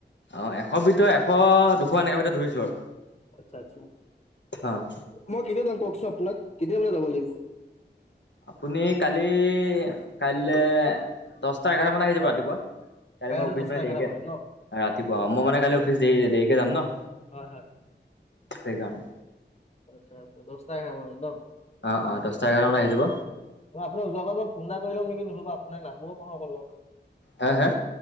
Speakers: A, on the left (about 80°); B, on the left (about 35°).
A: অ এশৰ ভিতৰত এশ দুশ এনেকে ভিতৰত ধৰিছো আৰু
B: আচ্ছা আচ্ছা।
A: অ
B: মই কেতিয়া যাম কওকচোন আপোনাক কেতিয়া মানে যাব লাগিব?
A: আপুনি কালি কাইলে দহটা এঘাৰটামানত আহি যাব ৰাতিপুৱা কাইলে
B: কাইলৈ
A: মই অফিচ
B: ৰাতি দহটা
A: মানে
B: এঘাৰটা
A: দেৰিকে
B: মানত
A: আছে
B: ন?
A: ৰাতিপুৱা অ মই মানে কাইলে অফিচ দেৰি-দেৰিকে যাম ন?
B: হয় হয়।
A: সেইকাৰণে
B: আচ্ছা আচ্ছা। দহটা এঘাৰটামানত ন?
A: অ অ দহটা এঘাৰটামানত আহি যাব।
B: মই আপোনাক যোৱা আগত মই ফোন এটা কৰি লম নিকি নহয়বা আপোনাক নাপাবও পাৰোঁ আকৌ ল'গ।
A: হে হে